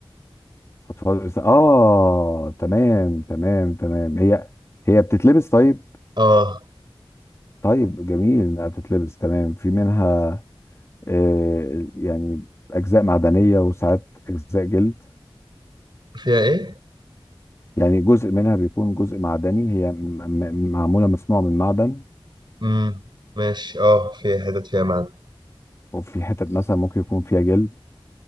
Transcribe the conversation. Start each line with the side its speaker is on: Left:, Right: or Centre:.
Left: اطفال بيست... اه تمام تمام تمام هي هي بتتلبس طيب
Right: اه
Left: طيب جميل انها بتتلبس تمام في منها آه يعني اجزاء معدنيه وساعات اجزاء جلد
Right: فيها ايه
Left: يعني جزء منها بيكون جزء معدني هي م... م... معموله مصنوعه من معدن
Right: امم ماشي اه فيها حتت فيها معدن
Left: وفي حتت مثلا ممكن يكون فيها جلد